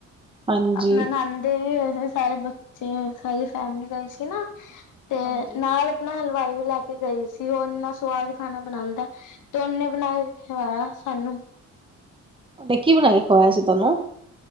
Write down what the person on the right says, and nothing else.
ਹਾਂਜੀ
ਹਾਂਜੀ
ਤੇ ਕੀ ਬਣਾ ਕੇ ਖੁਵਾਆ ਸੀ ਤਾਨੂੰ?